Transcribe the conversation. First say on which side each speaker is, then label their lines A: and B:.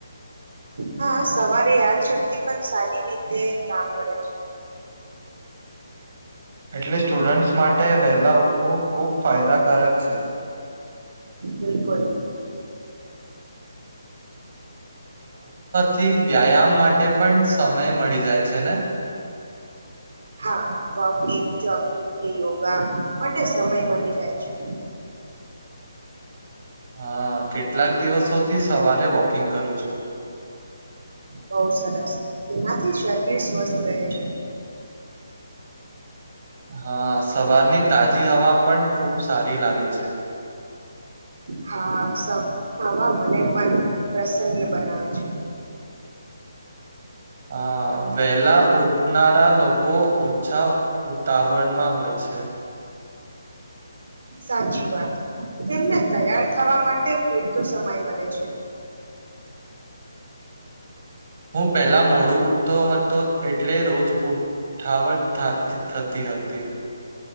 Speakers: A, on the right; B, on the right.
A: હા, સવારે યાદ શક્તિ પણ સારી રીતે કામ કરે છે.
B: એટલે સ્ટુડન્ટસ માટે વહેલા ઉઠવું ખુબ ફાયદા કારક છે.
A: બિલકુલ.
B: થી વ્યાયામ માટે પણ સમય મળી જાય છે ને?
A: હા વોકિંગ જોગિંગ કે યોગા માટે સમય મળી જાય છે.
B: હા કેટલાક દિવસોથી સવારે વોકિંગ કરું છું.
A: બોવ સરસ તેનાથી શરીર સ્વસ્થ રહે છે.
B: હા સવારની તાજી હવા પણ ખુબ સારી લાગે છે.
A: હા સવા હવા મને પણ પ્રસન્ન બનાવે છે.
B: અ વેલા ઉઠનારા લોકો ઓછા ઉતાવળમાં હોય છે. <inaudible>
A: સાચી વાત તેમને તૈયાર થવા માટે પૂરતો સમય મળે છે.
B: હું પહેલા મોડું ઉઠતો હતો એટલે રોજ ઉઠાવટતી થા થતી હતી.